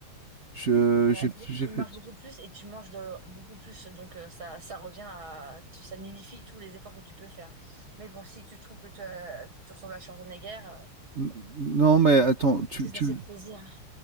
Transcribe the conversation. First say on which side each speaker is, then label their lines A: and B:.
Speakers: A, on the right; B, on the right.
A: Je,
B: voilà.
A: j'ai
B: Oui,
A: j'ai
B: tu
A: fait...
B: marches beaucoup plus et tu manges de- beaucoup plus. Donc, euh, ça, ça revient à... tu- Ça nullifie tous les efforts que tu peux faire. Mais bon, si tu trouves que, tu as- que tu ressembles à Schwarzenegger, euh,
A: N- Non, mais attends, tu,
B: c'est ça,
A: tu,
B: c'est le plaisir.